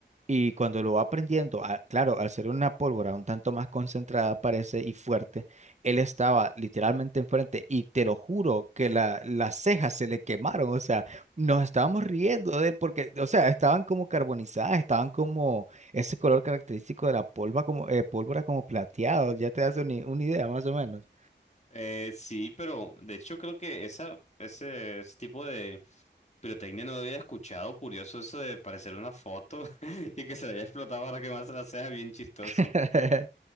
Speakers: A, on the right; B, on the left.
A: Y cuando lo va prendiendo, a- claro, al ser una pólvora un tanto más concentrada parece y fuerte, él estaba literalmente enfrente y te lo juro que la- las cejas se le quemaron, o sea, nos estábamos riendo de él porque, o sea, estaban como carbonizadas, estaban como ese color característico de la polva como, eh, pólvora como plateado, ya te das una, una idea más o menos.
B: Eh, sí, pero de hecho creo que esa, ese, ese tipo de pirotecnia no lo había escuchado. Curioso eso de parecer una foto <laughs> y que se le haya explotado para que más la sea bien chistoso.
A: <laughs>